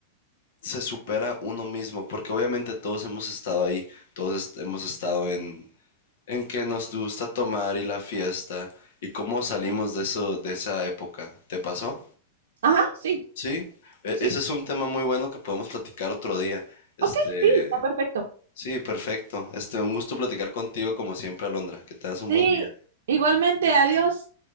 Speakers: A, on the left; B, on the right.
A: se supera uno mismo? Porque obviamente todos hemos estado ahí, todos est- hemos estado en, en que nos gusta tomar y la fiesta. ¿Y cómo salimos de eso, de esa época? ¿Te pasó?
B: Ajá, sí,
A: Sí. E-
B: sí,
A: ese
B: sí.
A: es un tema muy bueno que podemos platicar otro día. Este,
B: Ok, sí, está perfecto.
A: sí, perfecto. Este, un gusto platicar contigo como siempre, Alondra. Que tengas un
B: Sí,
A: buen día.
B: igualmente, adiós.